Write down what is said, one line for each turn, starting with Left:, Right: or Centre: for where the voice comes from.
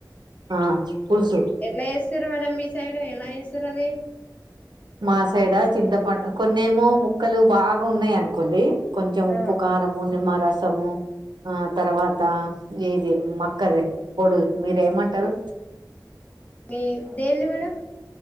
Right: ఆ పులుసు
Left: ఎట్లా చేస్తుండ్రు మేడమ్ మీ సైడ్ ఎ ఎలా చేస్తురు అది
Right: మా సైడా చింతపండు కొన్నిమో ముక్కలు బాగా ఉన్నాయి అనుకోండి కొంచెం
Left: ఆ
Right: ఉప్పు కారము నిమ్మా ర సమూ ఆ తర్వాత ఏది మక్కది పొడు మీర ఏమంటారు
Left: మీ దేన్నీ మేడం